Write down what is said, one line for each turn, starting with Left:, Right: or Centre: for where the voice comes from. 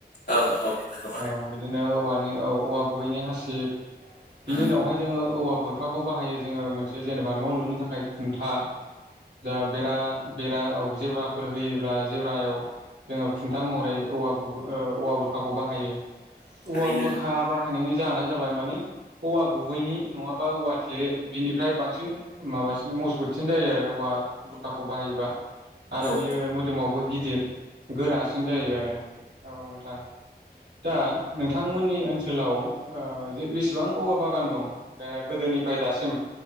Left: औ औ बेफोरखौ
Right: औ बिदिनो औवानि औ औवा गुबैनि हासिब।
Left: बानायो
Right: बिनि उनावहाय जोङो औवा बुरखाखौ बाहायो जोङो मोनसे जेनेबा न' लुनो थाखाय। खुन्था दा बेरा बेरा औ। जेवराफोर होयोब्ला जेवरायाव जोङो खुन्था महरै औवा गुब ओ औवा बुर खाखौ बाहायो
Left: थारैनो
Right: औवा बुरखा बाहायनायनि जाहोनानो जाबाय माने औवा गुबैनि नङाबा औवा थेरे बिनिफ्राय बांसिन माबासिन मजबुतसिन जायो आरो औवा आ बुरखाखौ बाहायोबा आरो
Left: औ
Right: बियो मोदोमावबो गिदिर गोरासिन जायो आरो औ नोंथां। <inaudible> दा नोंथांमोननि ओनसोलाव ओ जे बेसेबां औवा बागान दं दे गोदोनिफ्राय दासिम।